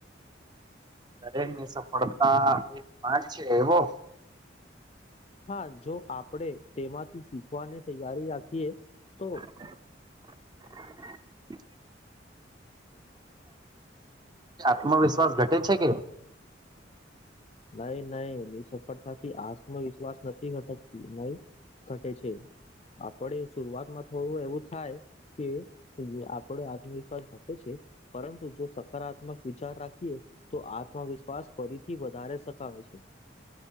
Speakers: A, on the right; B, on the left.
A: એરે ની સફળતા એક પાઠ છે એવો
B: હા જો આપણેે તેમાંથી શીખવાની તૈયારી રાખીએ તો
A: <unintelligible> આત્મવિશ્વાસ ઘટે છે કે
B: નહી નહી એની સફળતાથી આત્મવિશ્વાસ નથી ઘટકતી નહી. ઘટે છે, આપડે શરૂઆતમાં થોડું એવું થાય. કે આપડો આત્મવિશ્વાસ ઘટે છે. પરંતુ જો સકારાત્મક વિચાર રાખીએ તો આત્મવિશ્વાસ ફરીથી વધારે સખાવે છે.